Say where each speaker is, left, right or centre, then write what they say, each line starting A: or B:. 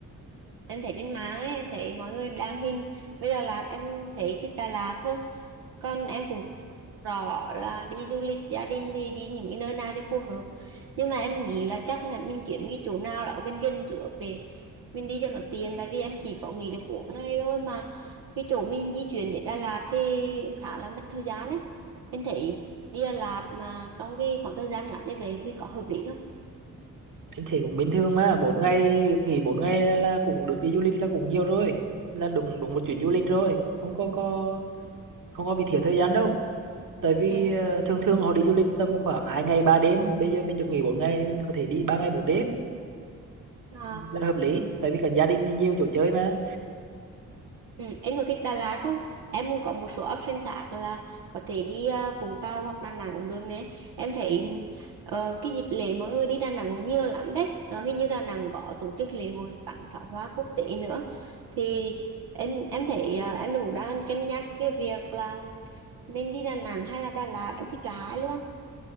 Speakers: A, on the right (about 75°); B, on the right (about 60°).
A: em thấy trên mạng ấy em thấy mọi người đăng hình với Đà Lạt em thấy thích Đà Lạt thôi còn em cũng không rõ là đi du lịch gia đình thì đi những cái nơi nào cho phù hợp nhưng mà em nghĩ là chắc là mình kiếm cái chỗ nào đó gần gần trước để mình đi cho nó tiện tại vì em chỉ có nghỉ được 4 ngày thôi mà cái chỗ mình di chuyển đến Đà Lạt thì khá là mất thời gian đấy em thấy đi Đà Lạt mà trong cái khoảng thời gian ngắn như vậy thì có hợp lý không
B: anh thấy cũng bình thường mà bốn ngày được nghỉ bốn ngày là, là cũng được đi du lịch là cũng nhiều rồi là đúng đúng một chuyến du lịch rồi không có có không có bị thiếu thời gian đâu tại vì
A: ừ.
B: ờ, thường thường họ đi du lịch tầm khoảng hai ngày ba đêm thì bây giờ mình được nghỉ bốn ngày mình có thể đi ba ngày bốn đêm
A: À,
B: là hợp lý tại vì cả gia đình đi nhiều chỗ chơi mà
A: Ừ, em có thích Đà Lạt không? Em cũng có một số option khác là có thể đi uh, Vũng Tàu hoặc Đà Nẵng cũng được nè. Em thấy ờ, cái dịp lễ mọi người đi Đà Nẵng cũng nhiều lắm đấy. Ờ, hình như Đà Nẵng có tổ chức lễ hội bắn pháo hoa quốc tế nữa. Thì em em thấy ờ, em cũng đang cân nhắc cái việc là nên đi Đà Nẵng hay là Đà Lạt. Em thích cả hai luôn.